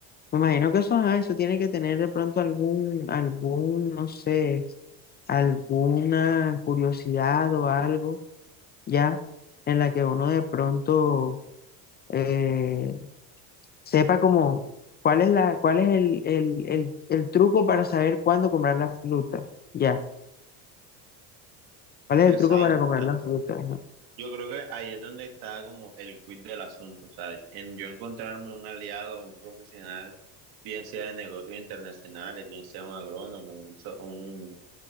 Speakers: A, on the left (about 25°); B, on the right (about 70°).
A: Me imagino que eso, ajá, eso tiene que tener de pronto algún, algún, no sé, alguna curiosidad o algo ya, en la que uno de pronto eh, sepa como cuál es la, cuál es el, el, el, el truco para saber cuándo comprar la fruta, ya, cuál es
B: Exacto,
A: el truco para comprar
B: exacto.
A: la fruta, ¿no?
B: Yo creo que ahí es donde está como el quid del asunto, o sea, en yo encontrarme un aliado, un profesional, bien sea de negocios internacionales, bien sea un agrónomo, un, so- un,